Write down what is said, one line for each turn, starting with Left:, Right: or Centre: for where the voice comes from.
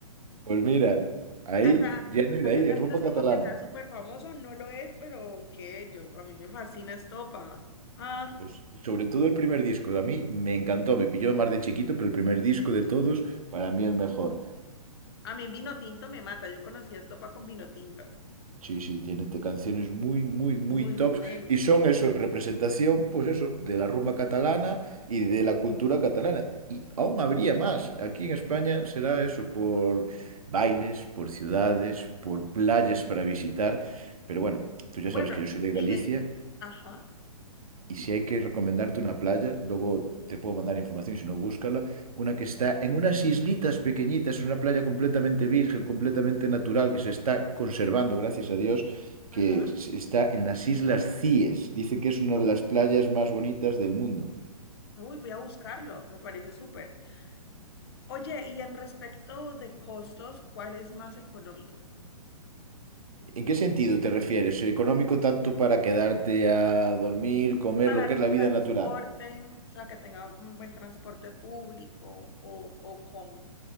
Right: Pues mira, ahí
Left: Acá,
Right: viene
Left: acá
Right: de ahí,
Left: casi
Right: es rumba
Left: no es
Right: catalana.
Left: como que sea súper famoso, no lo es, pero que yo, a mí me fascina estopa. Ah,
Right: Pues sobre todo el primer disco, a mí me encantó, me pilló más de chiquito, pero el primer disco de todos, para mí el mejor.
Left: a mí vino tinto me mata. Yo conocí estopa con vino tinto.
Right: Sí, sí, tiene te- canciones muy, muy, muy
Left: Muy
Right: tops
Left: bueno.
Right: y son eso, representación, pues eso, de la rumba catalana y de la cultura catalana. Y aún habría más. Aquí en España será eso, por bailes, por ciudades, por playas para visitar. Pero bueno, tú ya
Left: Bueno,
Right: sabes que yo soy de
Left: y
Right: Galicia
Left: de. Ajá,
Right: Y si hay que recomendarte una playa, luego te puedo mandar información, si no, búscala. Una que está en unas islitas pequeñitas, una playa completamente virgen, completamente natural, que se está conservando, gracias a Dios,
Left: ajá.
Right: que se- está en las Islas Cíes. Dicen que es una de las playas más bonitas del mundo.
Left: Uy, voy a buscarlo, me parece súper. Oye, y en respecto de costos, ¿cuál es más económico?
Right: ¿En qué sentido te refieres? ¿Económico tanto para quedarte a dormir, comer,
Left: Para
Right: lo que
Left: el
Right: es la vida
Left: transporte,
Right: natural?
Left: o sea, que tenga un buen transporte público o, o cómo.